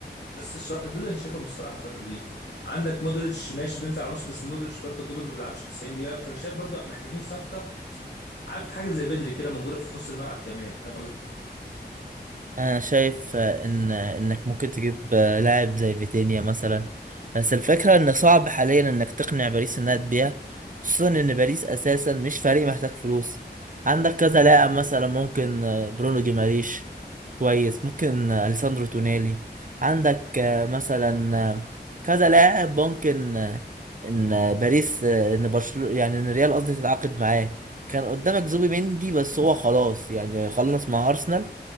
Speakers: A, on the left; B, on the right.
A: بس الصرا- دول انا شايفهم الصراحه الفتره دي عندك مودريتش ماشي بينزل على النص بس مودريتش برضو كبر ما بيلعبش 90 دقيقه فانا شايف برضو محتاجين صفقه عارف حاجه زي بدري كده موجوده في نص الملعب كمان فاهم
B: انا شايف آه، ان انك ممكن تجيب آه، لاعب زي فيتينيا مثلا بس الفكره ان صعب حاليا انك تقنع باريس انها تبيع خصوصا ان باريس اساسا مش فريق محتاج فلوس عندك كذا لاعب مثلا ممكن آه، برونو جيماريش كويس ممكن آه، اليساندرو تونالي عندك آه، مثلا آه، كذا لاعب ممكن آه، ان آه، باريس آه، ان برشلونه يعني ان ريال قصدي تتعاقد معاه كان قدامك زوبي مندي بس هو خلاص يعني خلص مع ارسنال